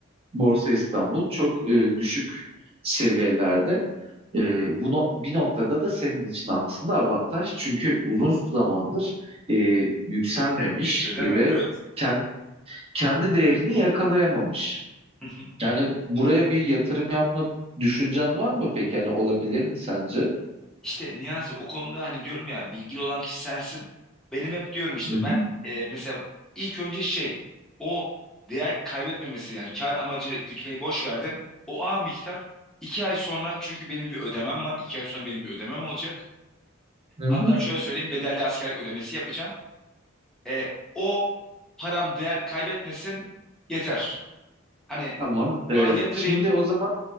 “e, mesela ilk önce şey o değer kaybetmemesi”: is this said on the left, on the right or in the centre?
Centre